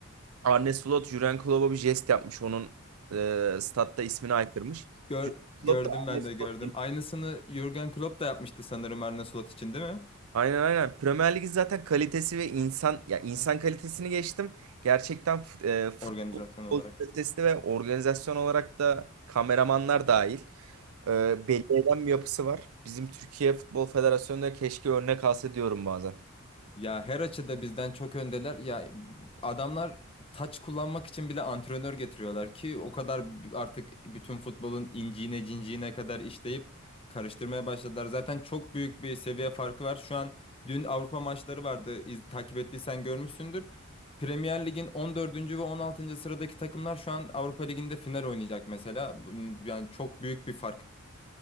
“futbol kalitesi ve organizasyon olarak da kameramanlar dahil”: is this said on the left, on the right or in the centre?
Right